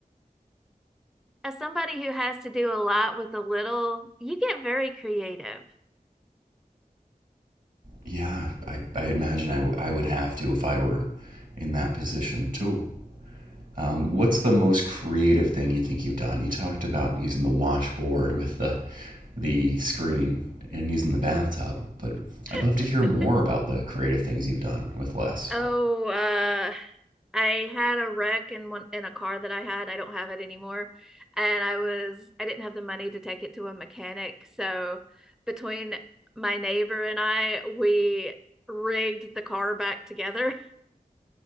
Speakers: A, in the centre; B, on the right.
A: As somebody who has to do a lot with a little, you get very creative.
B: yeah, I, I imagine I, w- I would have to if I were in that position too. Um, what's the most creative thing you think you've done? You talked about using the washboard with the the screen and using the bathtub, but I'd love
A: <laughs>
B: to hear more about the creative things you've done with less.
A: oh, uh, I had a wreck in one in a car that I had. I don't have it anymore. And I was I didn't have the money to take it to a mechanic. So between my neighbor and I, we rigged the car back together.